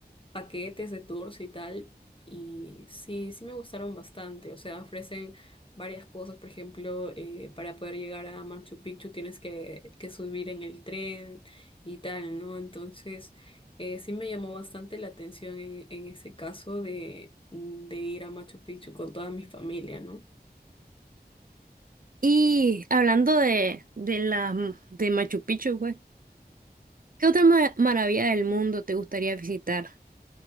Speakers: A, on the left; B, on the right.
A: paquetes de tours y tal, y sí, sí me gustaron bastante, o sea, ofrecen varias cosas, por ejemplo, eh, para poder llegar a Machu Picchu tienes que, que subir en el tren y tal, ¿no? Entonces, eh, sí me llamó bastante la atención en, en ese caso de, de ir a Machu Picchu con toda mi familia, ¿no?
B: Y hablando de, de la de Machu Picchu, güey, ¿qué otra ma- maravilla del mundo te gustaría visitar?